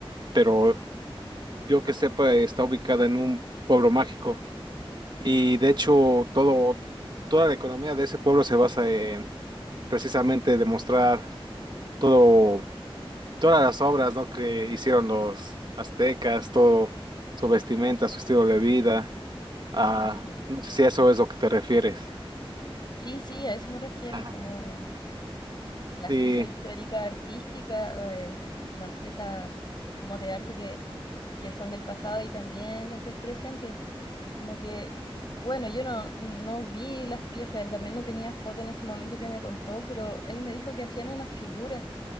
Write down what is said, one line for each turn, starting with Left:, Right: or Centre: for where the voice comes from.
Right: pero yo que sepa está ubicada en un pueblo mágico. Y de hecho, todo, toda la economía de ese pueblo se basa en precisamente demostrar todo todas las obras, ¿no? que hicieron los aztecas, todo su vestimenta, su estilo de vida, ah,
Left: Ujú.
Right: no sé si a eso es lo que te refieres.
Left: Sí, sí, a eso me refiero,
Right: Ajá.
Left: como las
Right: Y
Left: piezas históricas artísticas, eh, las piezas como de arte que, que son del pasado y también las del presente. Como que, bueno, yo no, no vi las piezas, él también no tenía foto en ese momento que me contó, pero él me dijo que hacían una figura